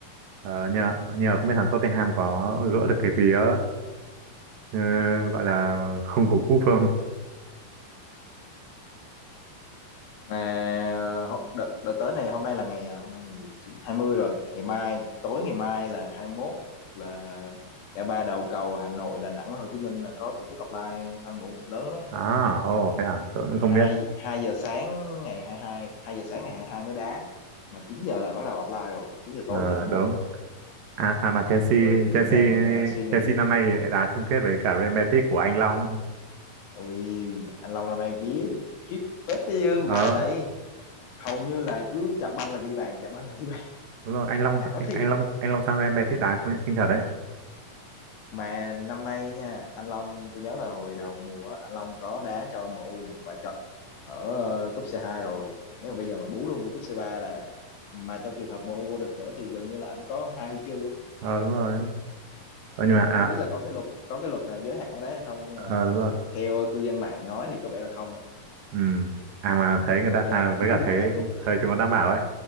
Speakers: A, on the right (about 65°); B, on the left (about 70°).
A: ờ, nhờ nhờ không biết thằng Tottenham có gỡ được cái vía ờ, gọi là không của quốc phương
B: mà ờ, hô- đợt, đợt tới này hôm nay là ngày ờ, hôm nay ngày mười chín hai mươi rồi ngày mai tối ngày mai là hai mốt là cả ba đầu cầu Hà Nội Đà Nẵng và Hồ Chí Minh là có tổ chức offline fan MU cũng lớn lắm ấy
A: à ồ thế à tôi cũng không
B: hai
A: biết
B: hai giờ sáng ngày 22 hai hai giờ sáng ngày hai hai mới đá mà 9 giờ là bắt đầu offline rồi 9 giờ tối
A: ờ,
B: ngày hai mốt
A: đúng à, à mà Chelsea
B: tôi
A: Chelsea
B: đang ờ, suy nghĩ
A: Chelsea năm nay thì đã chung kết với cả Real Betis của anh Long
B: Ui, anh Long năm nay vía khiếp phết tới dư quà
A: ờ
B: đấy. Hầu như là cứ chạm banh là ghi bàn, chạm banh là ghi bàn.
A: đúng rồi anh Long
B: Ảo thiệt.
A: anh Long anh Long sang Real Betis đá công nhận kinh thật đấy
B: Mà năm nay nha, anh Long tôi nhớ là hồi đầu mùa á, anh Long có đá cho MU và trận ở ờ, cúp C2 rồi. Nếu mà bây giờ mà bú luôn với cúp C3 là mà trong trường hợp MU vô địch nữa thì gần như là anh có hai huy chương.
A: ờ đúng rồi Ờ, nhưng
B: Ờ,
A: mà à,
B: không biết là có cái luật có cái luật nào giới hạn cái đấy hay không nhưng
A: ờ
B: mà
A: đúng rồi
B: theo cư dân mạng nói thì có vẻ là không. ạ.
A: ừ à mà thấy
B: Ừ,
A: người
B: có
A: ta
B: nghĩa
A: à
B: là
A: với
B: bú
A: cả
B: được
A: thấy
B: hai cúp.
A: thời chúng nó đang bảo ấy